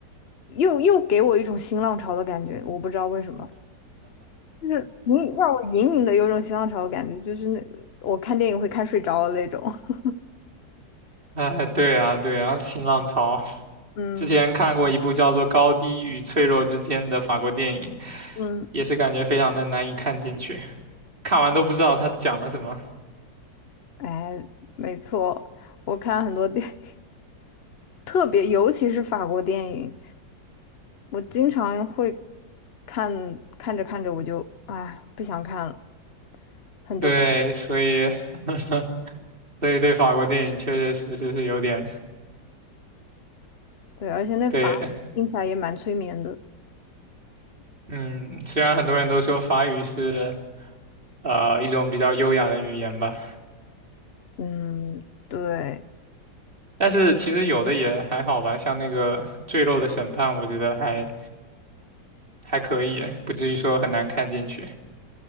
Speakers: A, on the left (about 45°); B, on the right (about 30°).
A: 又又给我一种新浪潮的感觉，我不知道为什么，就是隐让我隐隐的有种新浪潮的感觉，就是那我看电影会看睡着的那种。<laughs>
B: <laughs> 哎，对啊，对啊，新浪潮。
A: 嗯
B: 之前看过一部叫做《高低与脆弱之间》的法国电影，
A: 嗯
B: 也是感觉非常的难以看进去，看完都不知道他讲了什么。
A: 哎，没错，我看很多电影，特别尤其是法国电影，我经常会看看着看着我就哎不想看了，很多法国
B: 对，所以，<laughs> 所以对法国电影确确实实是有点，
A: 对，而且那法语听起来也蛮催眠的。
B: 对，嗯，虽然很多人都说法语是呃一种比较优雅的语言吧，
A: 嗯，对，
B: 但是其实有的也还好吧，像那个《坠落的审判》，我觉得还还可以，不至于说很难看进去